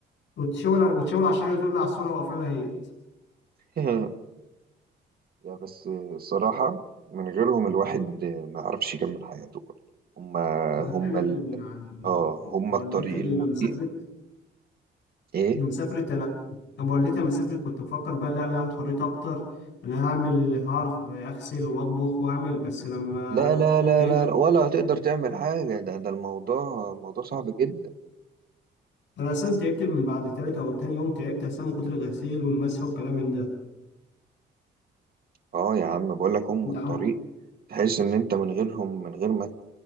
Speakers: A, on the left; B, on the right.
A: وتشاور وتشاور على الشجره تقول لي عصفوره وقفلها هيت
B: <laughs> يا بس الصراحة من غيرهم الواحد ما يعرفش يكمل حياته هم
A: ده انا
B: هم
A: فعلا يعني
B: اه هما
A: والدتي
B: الطريق المضيق
A: لما سافرت
B: ايه
A: لما سافرت انا لما والدتي لما سافرت كنت مفكر بقى لا انا هاخد حريتي اكتر انا هعمل هعرف اغسل واطبخ واعمل بس لما
B: لا لا لا
A: لقيت
B: لا ولا هتقدر تعمل حاجة ده ده الموضوع موضوع صعب جدا
A: انا اصلا تعبت من بعد تالت او تاني يوم تعبت اصلا من كتر الغسيل والمسح والكلام من ده
B: اه يا عم بقول لك هم
A: انت
B: الطريق
A: عامل
B: تحس ان انت من غيرهم من غير ما ت-